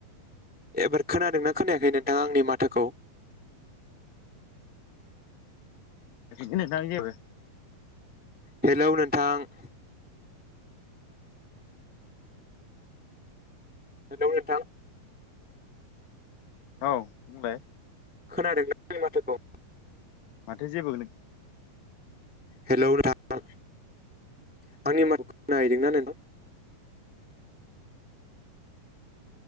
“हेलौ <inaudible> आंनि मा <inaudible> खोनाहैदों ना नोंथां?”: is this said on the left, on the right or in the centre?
Centre